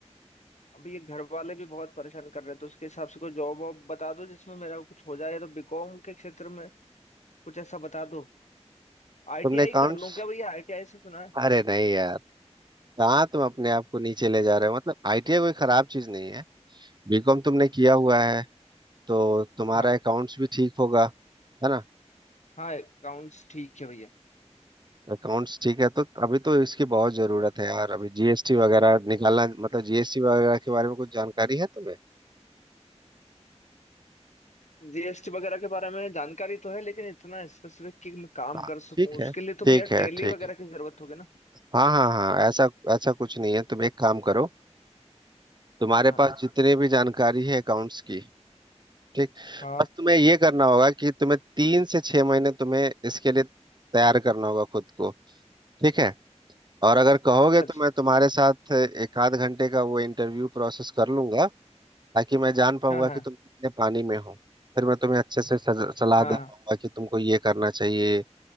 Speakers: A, on the left; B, on the right.
A: अभी ये घर वाले भी बहुत परेशान कर रहे हैं तो उसके हिसाब से कोई जॉब वॉब बता दो जिसमें मेरा कुछ हो जाए या तो बीकॉम के क्षेत्र में कुछ ऐसा बता दो आईटीआई
B: तुमने अकाउंट्स
A: कर लूँ क्या भैया आईटीआई से सुना है
B: अरे नहीं यार कहाँ तुम अपने आप को नीचे ले जा रहे हो मतलब आईटीआई कोई खराब चीज नहीं है बीकॉम तुमने किया हुआ है तो तुम्हारा
A: हाँ
B: अकाउंट्स भी ठीक होगा है ना
A: हाँ अकाउंट्स ठीक है भैया
B: अकाउंट्स ठीक है तो अभी तो इसकी बहुत जरूरत है यार अभी जीएसटी वगैरह निकालना मतलब जीएसटी वगैरह के बारे में कुछ जानकारी है तुम्हें
A: जीएसटी वगैरह के बारे में जानकारी तो है लेकिन इतना स्पेसिफिक कि मैं काम
B: हाँ
A: कर सकूं
B: ठीक
A: उसके
B: है
A: लिए
B: ठीक
A: तो भैया
B: है
A: टैली
B: ठीक
A: वगैरह
B: है
A: की जरूरत होगी ना
B: हाँ हाँ हाँ ऐसा ऐसा कुछ नहीं है तुम एक काम करो तुम्हारे
A: हाँ
B: पास जितने भी जानकारी है अकाउंट्स की ठीक
A: हाँ
B: बस तुम्हें ये करना होगा कि तुम्हें तीन से छह महीने तुम्हें इसके लिए तैयार करना होगा खुद को ठीक है और अगर कहोगे
A: अच्छा
B: तो
A: अच्छा
B: मैं तुम्हारे साथ एक आध घंटे का वो इंटरव्यू प्रोसेस कर लूंगा ताकि मैं जान पाऊंगा
A: हाँ हाँ
B: कि तुम कितने पानी में हो फिर मैं तुम्हें अच्छे से सज- सलाह
A: हाँ
B: दे पाऊंगा कि तुमको ये करना चाहिए